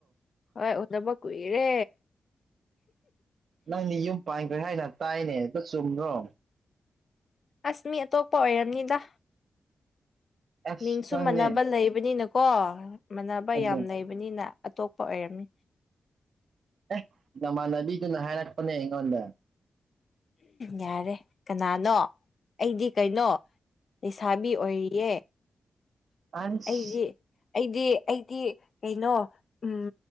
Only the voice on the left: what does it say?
ꯍꯣꯏ ꯎꯅꯕ ꯀꯨꯏꯔꯦ
ꯑꯁ ꯃꯤ ꯑꯇꯣꯞꯄ ꯑꯣꯏꯔꯝꯅꯤꯗ
ꯃꯤꯡꯁꯨ
ꯃꯥꯟꯅꯕ ꯂꯩꯕꯅꯤꯅꯀꯣ ꯃꯥꯟꯅꯕ
ꯌꯥꯝ ꯂꯩꯕꯅꯤꯅ ꯑꯇꯣꯞꯄ ꯑꯣꯏꯔꯝꯃꯤ
ꯌꯥꯔꯦ ꯀꯅꯥꯅꯣ ꯑꯩꯗꯤ ꯀꯩꯅꯣ ꯂꯩꯁꯥꯕꯤ ꯑꯣꯏꯔꯤꯌꯦ
ꯑꯩꯗꯤ ꯑꯩꯗꯤ ꯑꯩꯗꯤ ꯀꯩꯅꯣ ꯎ